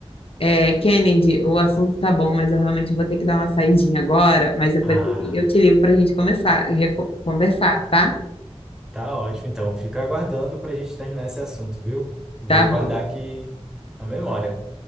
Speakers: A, on the left; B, in the centre.
A: é, Kennedy, o assunto tá bom, mas eu realmente vou ter que dar uma saidinha agora, mas depois
B: Ah,
A: eu te ligo para a gente começar, reco- conversar, tá?
B: Tá ótimo, então. Fica aguardando para a gente terminar esse assunto, viu? Vou
A: Tá bom,
B: guardar aqui na memória.